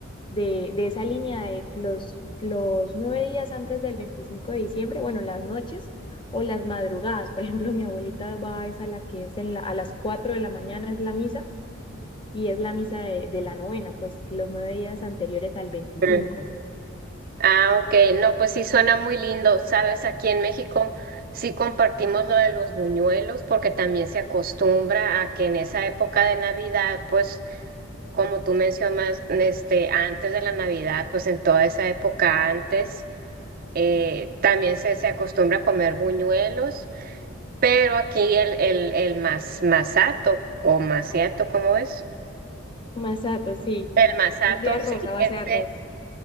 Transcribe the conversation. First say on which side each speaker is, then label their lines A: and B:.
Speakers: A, on the left; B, on the right.
A: de, de esa línea de los, los nueve días antes del 25 de diciembre, bueno, las noches o las madrugadas. Por <laughs> ejemplo, mi abuelita va es a la que es en la, a las 4 de la mañana es la misa y es la misa de, de la novena, pues los nueve días anteriores al veinticinco
B: ujú. Ah, ok, no, pues sí suena muy lindo, sabes, aquí en México sí compartimos lo de los buñuelos porque también se acostumbra a que en esa época de Navidad, pues como tú mencionas, este, antes de la Navidad, pues en toda esa época antes, eh, también se, se acostumbra a comer buñuelos, pero aquí el, el, el mas- masato o maciato, ¿cómo es?
A: Masato, sí,
B: El masato,
A: es de arroz,
B: sí,
A: a base
B: ese.
A: de arroz.